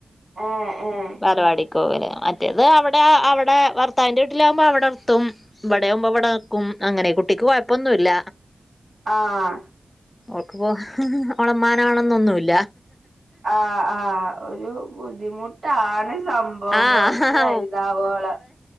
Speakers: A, on the right; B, on the left.
A: ഏഹ് ഏഹ്
B: ബാലവാടി ക്കോവല് മറ്റേത് അവിടെ അവിടെ ഭർത്താവിന്റെ വീട്ടിലാവ്മ്പോ അവിടെർത്തും ഇവടെയാവ്മ്പോ ഇവിടെ ക്കും അങ്ങനെ കുട്ടിക്ക് കൊഴപ്പൊന്നുല്ല.
A: ആഹ്
B: ഓക്ക്പ്പോ ഓളെ മ്മാനെ വേണൊന്നൊന്നുല്ല.
A: ആഹ് ആഹ് ഒരു ബുദ്ധിമുട്ടാണ് സംഭ വം
B: ആഹ്
A: കൊർച്ച് വൽതാവോളം